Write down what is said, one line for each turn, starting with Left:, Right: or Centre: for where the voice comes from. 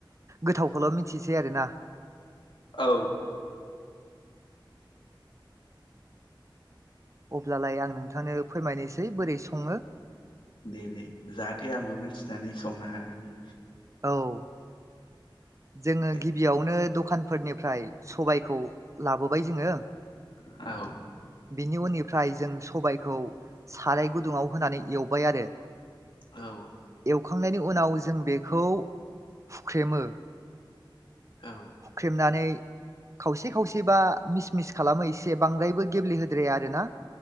Right: गोथावखौल' मिथिसै आरोना
Left: औ
Right: अब्लालाय आं नोंथांनो फोरमायनोसै बोरै सङो
Left: दे दे जाहाथे आंबो मिथिनानै संनो हानायनि
Right: औ जोङो
Left: दे
Right: गिबियावनो दखानफोरनिफ्राय सबायखौ लाबोबाय जोङो
Left: औ
Right: बिनि उननिफ्राय जों सबायखौ साराय गुदुङाव होनानै एवबाय आरो
Left: औ
Right: एवखांनायनि उनाव जों बेखौ हुख्रेमो
Left: औ
Right: हुख्रेमनानै खावसे खावसेबा मिस मिस खालामो एसे बांद्रायबो गेब्लेहोद्राया आरोना